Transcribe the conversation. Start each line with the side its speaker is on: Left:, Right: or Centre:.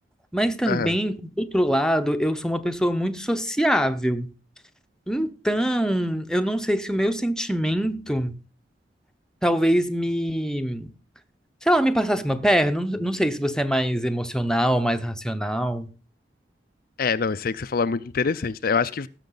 Centre: Mas também,
Left: aham.
Centre: por outro lado, eu sou uma pessoa muito sociável. Então, eu não sei se o meu sentimento talvez me Se lá, me passasse uma perna, não, não sei se você é mais emocional ou mais racional.
Left: É, não, isso aí que você falou é muito interessante, né? Eu acho que,